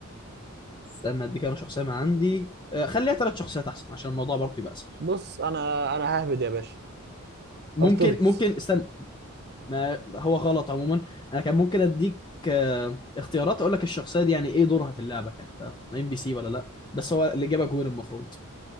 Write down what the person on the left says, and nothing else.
استنى اديك انا شخصية ما عندي آه، خليها تلات شخصيات احسن عشان الموضوع برضو يبقى اسهل
ممكن
ممكن استنى ما هو غلط عموما انا كان ممكن اديك آه، اختيارات اقول لك الشخصيه دي يعني ايه دورها في اللعبه يعني ده ام بي سي ولا لا بس هو الاجابه جوين المفروض